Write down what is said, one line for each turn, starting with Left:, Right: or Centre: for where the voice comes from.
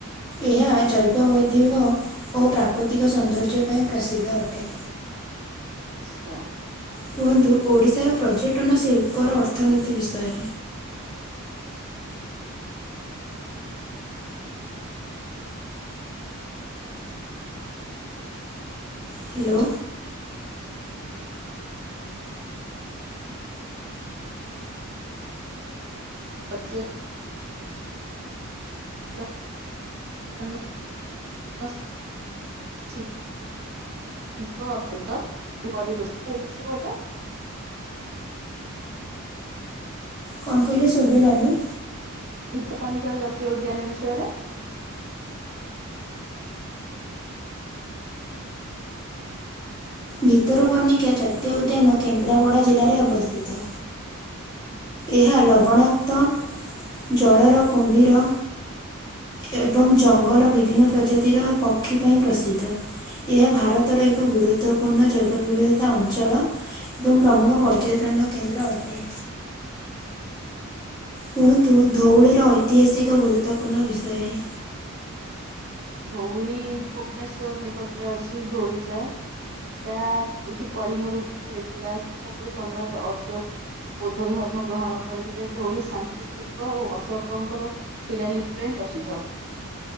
Left: ଏହା ଜୈବ ବୈଧବ ଓ ପ୍ରାକୃତିକ ସୌନ୍ଦର୍ଯ୍ୟ ପାଇଁ ପ୍ରସିଦ୍ଧ ଅଟେ।
Right: ଆଛା।
Left: କୁହନ୍ତୁ ଓଡ଼ିଶାର ପର୍ଯ୍ୟଟନ ଶିଳ୍ପର ଅର୍ଥନୀତି ବିଷୟରେ? ହ୍ୟାଲୋ।
Right: ପର୍ଯ୍ୟ <inaudible> <inaudible>
Left: କଣ କହିଲେ ଶୁଭିଲାନି?
Right: ଭିତକନିକାର ଜାତୀୟ ଉଦ୍ୟାନ ବିଷୟରେ?
Left: ଭିତରକନିକା ଜାତୀୟ ଉଦ୍ୟାନ କେନ୍ଦ୍ରାପଡ଼ା ଜିଲ୍ଲାରେ ଅବସ୍ଥିତ।
Right: ହୁଁ।
Left: ଏହା ଲବଣାକ୍ତ ଜଳର କୁମ୍ଭୀର। ଏବଂ ଜଙ୍ଗଲ ବିଭିନ୍ନ ପ୍ରଜାତିର ପକ୍ଷୀ ପାଇଁ ପ୍ରସିଦ୍ଧ। ଏହା ଭାରତର ଏକ ଗୁରୁତ୍ୱପୂର୍ଣ୍ଣ ଜୈବ ବିବିଧତା ଅଞ୍ଚଳ। ଏବଂ ପ୍ରମୁଖ ପର୍ଯ୍ୟଟନ କେନ୍ଦ୍ର ଅଟେ। କୁହନ୍ତୁ ଧଉଳିର ଐତିହାସିକ ଗୁରୁତ୍ୱପୂର୍ଣ୍ଣ ବିଷୟରେ।
Right: ଧଉଳି ଭୁବନେଶ୍ଵର ନିକଟରେ ଅଛି ଧଉଳିଚା। ଏଇଟା ଏଠି କଳିଙ୍ଗର ଯୁଦ୍ଧ ହେଇଥିଲା ଯୁଦ୍ଧ ପରେ ସମ୍ରାଟ ଅଶୋକ। ବୌଦ୍ଧ ଧର୍ମ ଗ୍ରହଣ କରିଥିଲେ ଧଉଳି ଶାନ୍ତିସ୍ତୂପ ଓ ଅଶୋକଙ୍କର। ଶିଳାଲିିପି ପାଇଁ ପ୍ରସିଦ୍ଧ।